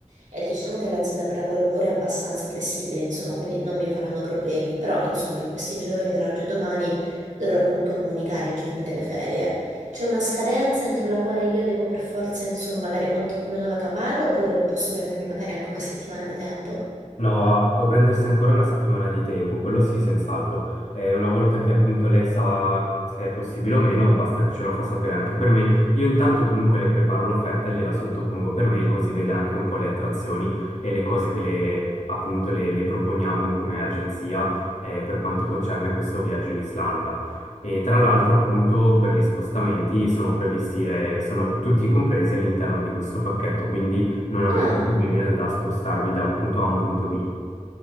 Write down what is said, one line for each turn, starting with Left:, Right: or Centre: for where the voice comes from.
Right: e diciamo che l'azienda per la quale lavoro è abbastanza flessibile, insomma, quindi non mi faranno problemi, però insomma in questi giorni, tra oggi e domani, dovrò comunque comunicare i giorni delle ferie. C'è una scadenza entro la quale io devo per forza, insomma, dare quantomeno la caparra oppure posso prendermi magari anche una settimana di tempo?
Left: No, può prendersi ancora una settimana di tempo, quello sì, senz'altro. Eh, una volta che appunto lei sa se è possibile o meno, basta che ce lo fa sapere anche per mail. Io intanto comunque le preparo l'offerta, e gliela sottopongo per mail, così vede anche un po' le attrazioni e le cose che le, appunto le, le proponiamo come agenzia eh, per quanto concerne questo viaggio in Islanda. E tra l'altro appunto per gli spostamenti sono previsti, eh, sono tutti compresi all'interno di questo pacchetto, quindi non avrete
Right: Ah!
Left: problemi ad- da spostarvi da un punto A a un punto B.